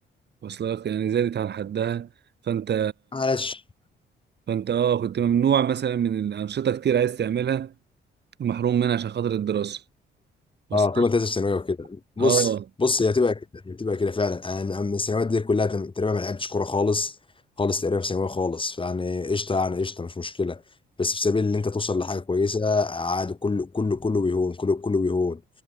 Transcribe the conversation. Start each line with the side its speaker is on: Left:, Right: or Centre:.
Right: واصلة لك يعني زادت عن حدها فأنت
Left: معلش
Right: فأنت أه كنت ممنوع مثلا من الأنشطة كتير عايز تعملها محروم منها عشان خاطر الدراسة واصلة
Left: اه طول
Right: لك؟
Left: ما انت لسه في ثانويه وكده بص
Right: أه
Left: بص هي هتبقى كده هي هتبقى كده فعلا انا من الثانويات دي كلها تقريبا ما لعبتش كوره خالص خالص تقريبا في ثانويه خالص فيعني قشطه يعني قشطه مش مشكله بس في سبيل ان انت توصل لحاجه كويسه عادي كله كله كله بيهون كله كله بيهون